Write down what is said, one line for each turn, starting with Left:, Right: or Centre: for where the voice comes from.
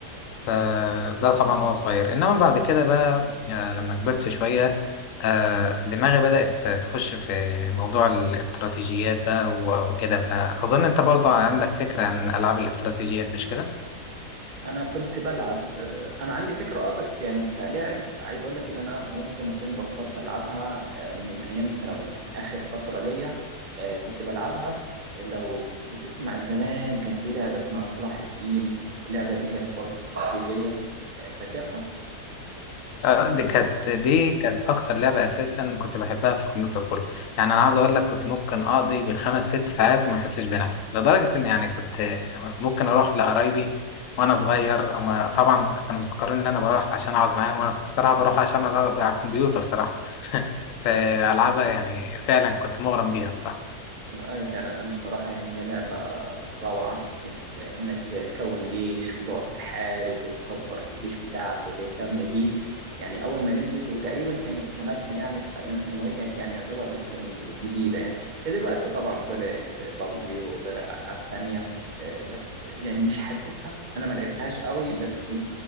Left: فده طبعا وهو صغير إنما بعد كده بقى آه، لما كبرت شوية آه، دماغي بدأت تخش في موضوع الاستراتيجيات بقى و- وكده فأظن أنت برضه عندك فكرة عن ألعاب الاستراتيجيات مش كده؟
Right: أنا كنت بلعب أنا عندي فكرة أه بس يعني كلعب عايز أقول لك إن أنا ممكن أكون بطلت ألعبها آه، من أيام الثانوية يعني آخر فترة ليا آه، كنت بلعبها لو كنت تسمع زمان كان في لعبة اسمها صلاح الدين اللعبة دي كانت برضه استراتيجية آه، فاكرها؟
Left: آه، دي كانت دي كانت اكتر لعبه اساسا كنت بحبها في الكمبيوتر كله يعني انا عاوز اقول لك كنت ممكن اقضي بالخمس ست ساعات وما احسش بنفسي لدرجه ان يعني كنت ممكن اروح لقرايبي وانا صغير هما طبعا كانوا مفكرين ان انا بروح عشان اقعد معاهم وانا كنت صراحه بروح عشان اقعد على الكمبيوتر صراحه <laughs> فالعبها يعني فعلا كنت مغرم بيها صراحه
Right: أي فعلا أنا بصراحة يعني هي لعبة روعة إت- إنك تكون جيش وتقعد تحارب وتكبر في الجيش بتاعك وتهتم بيه يعني أول ما نزلت وتقريبا كانت سنتنا يعني في أيام الثانوية كانت يعني يعتبر لسه من الجديدة يعني دلوقتي طبعا طلعت بابجي وطلع ألعاب تانية آه، بس يعني مش حاسسها أنا ما لعبتهاش قوي بس